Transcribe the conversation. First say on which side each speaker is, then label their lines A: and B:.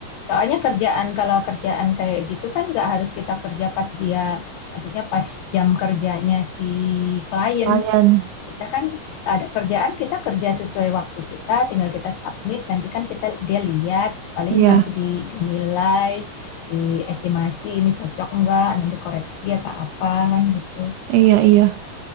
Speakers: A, on the left; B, on the right.
A: Soalnya kerjaan, kalau kerjaan kayak gitu kan nggak harus kita kerja pas dia, maksudnya pas jam kerjanya si klien.
B: Lumayan.
A: Kita kan ada kerjaan, kita kerja sesuai waktu kita, tinggal kita submit, nanti kan kita dia lihat, paling
B: Iya,
A: nanti di- dinilai, diestimasi ini cocok nggak, nanti koreksi atau apa kan gitu.
B: iya, iya.